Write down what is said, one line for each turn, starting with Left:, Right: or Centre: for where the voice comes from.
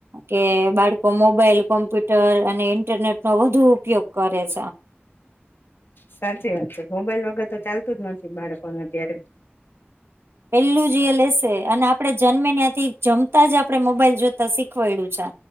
Right: કે બાળકો મોબાઈલ કોમ્પ્યુટર અને ઇન્ટરનેટ નો વધુ ઉપયોગ કરે છે.
Left: સાચી વાત છે મોબાઈલ વગર તો ચાલતું જ નથી બાળકોને અત્યારે.
Right: પેલું જ એ લેશે અને આપડે જન્મે ન્યાથી. જમતા જ આપડે મોબાઈલ જોતા શીખવાડ્યું છે.